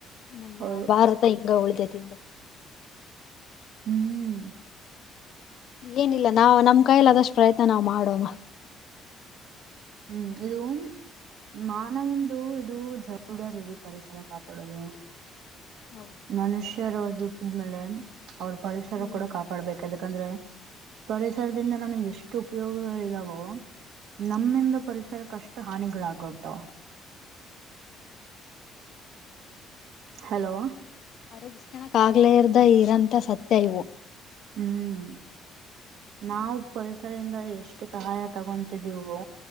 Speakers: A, on the left (about 45°); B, on the right (about 65°).
A: ನಮ್ಮ
B: ಹೌದು
A: ಭಾರತ ಹಿಂಗ ಉಳಿತೈತಿ ಹಿಂದ
B: ಹ್ಮ್
A: ಏನಿಲ್ಲ ನಾವ ನಮ್ ಕೈಯಲಿ ಆದಷ್ಟು ಪ್ರಯತ್ನ ನಾವ್ ಮಾಡೋವ
B: ಹ್ಮ್ ಇದು ಮಾನವೊಂದು ಇದು ಜವಾಬ್ದಾರಿಯಲ್ಲಿ ಪರಿಸರ ಕಾಪಾಡೋದು
A: ಹೌದು
B: ಮನುಷ್ಯರ ದುಟ್ಟಿದ ಮೇಲೆ ಅವ್ರ ಪರಿಸರ
A: ಹ್ಮ್
B: ಕೂಡ ಕಾಪಾಡ್ಬೇಕು ಯದಕಂದ್ರೆ ಪರಿಸರದಿಂದ ನಮಗೆ ಎಷ್ಟು ಉಪಯೋಗಗಳಿದಾವೋ ನಮ್ಮ ಸರ್ಕ್ ಅಷ್ಟು ಹಾನಿಗಳಾಗ ಆಗಿ ಹೋಗ್ತಾವ್ ಹಲೋ
A: ಅರಗಸ್ಕಣಕ್ ಆಗ್ಲೇ ಇರ್ದ ಇರಂತ ಸತ್ಯ ಇವು
B: ಹ್ಮ್ ನಾವವು ಪರಿಸರದಿಂದ ಎಷ್ಟು ಸಹಾಯ ತಗೊತಿದ್ದೀವು